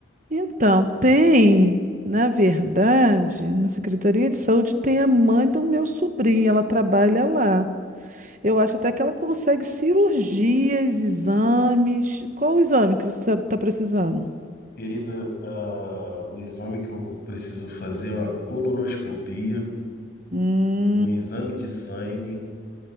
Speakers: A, on the right; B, on the left.
A: Então, tem, na verdade, na Secretaria de Saúde tem a mãe do meu sobrinho, ela trabalha lá. Eu acho até que ela consegue cirurgias, exames. Qual o exame que você está precisando?
B: Querida, ah, o exame que eu preciso fazer é uma colonoscopia,
A: Hum,
B: um exame de sangue